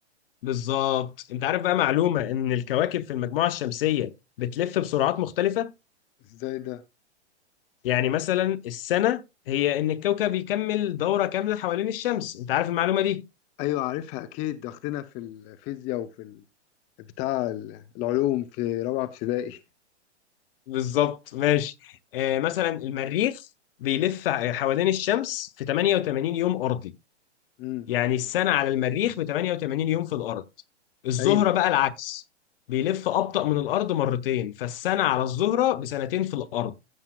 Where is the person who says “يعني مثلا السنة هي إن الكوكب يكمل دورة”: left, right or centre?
Left